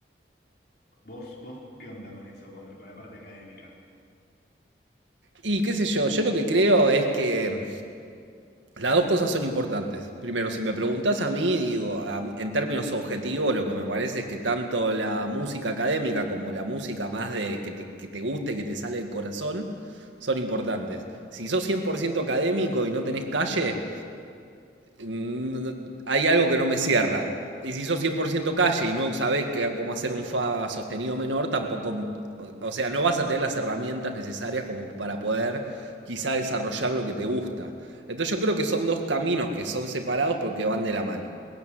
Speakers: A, on the left; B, on the right.
A: ¿vos, vos qué onda con eso, con, con la parte académica?
B: Y qué sé yo, yo lo que creo es que las dos cosas son importantes. Primero, si me preguntás a mí, digo, a- en términos objetivos, lo que me parece es que tanto la música académica como la música más de que te, que te guste, y que te sale del corazón, son importantes. Si sos 100% académico y no tenés calle, mm, hay algo que no me cierra. Y si sos 100% calle y no sabés que- cómo hacer un fa sostenido menor, tampoco, o- o sea, no vas a tener las herramientas necesarias como para poder quizá desarrollar lo que te gusta. Entonces yo creo que son dos caminos que son separados pero que van de la mano.